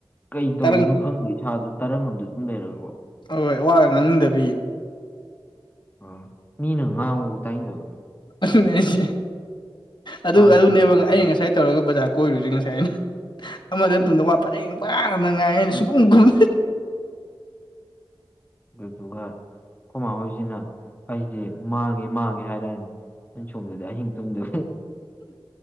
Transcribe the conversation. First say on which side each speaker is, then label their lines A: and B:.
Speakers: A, on the left; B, on the left.
A: ꯀꯩ ꯇꯧꯔꯤꯅꯣ
B: ꯇꯔꯪ
A: ꯈꯪꯗꯦ ꯏꯁꯥꯗꯣ ꯇꯔꯪꯝꯗ ꯑꯗꯨꯝ ꯂꯩꯔꯒꯀꯣ
B: ꯍꯣꯏ ꯍꯣꯏ ꯑ ꯋꯥꯕ ꯉꯥꯡꯅꯤꯡꯗꯕꯤꯌꯦ
A: ꯑꯣ ꯃꯤꯅ ꯉꯥꯎ ꯇꯥꯏꯅꯤꯡꯗꯕꯅꯤ
B: ꯑꯗꯨꯅꯦ ꯑꯩꯁꯦ
A: ꯏꯁꯥꯁꯦ
B: ꯑꯗꯨ ꯑꯗꯨꯅꯦꯕ
A: ꯉꯝ
B: ꯑꯩꯅ ꯉꯁꯥꯏ ꯇꯧꯔꯒ ꯕꯖꯥꯔ ꯀꯣꯏꯔꯨꯁꯦ ꯉꯁꯥꯏ ꯑꯩꯅ ꯑꯃꯗ ꯇꯨꯡꯗ ꯋꯥ ꯄꯔꯦꯡ ꯄꯔꯥ ꯉꯗꯅ ꯉꯥꯏꯉꯦ ꯑꯩꯅ ꯁꯨꯛ <unintelligible>
A: ꯑꯗꯨꯗꯨꯒ ꯈꯨꯃꯥ ꯍꯣꯏꯖꯨꯅꯦ ꯑꯩꯁꯦ ꯃꯥꯡꯉꯦ ꯃꯥꯡꯉꯦ ꯍꯥꯏꯔꯅꯤ ꯅ ꯁꯣꯝꯗꯗꯤ ꯑꯍꯤꯡ ꯇꯨꯝꯗ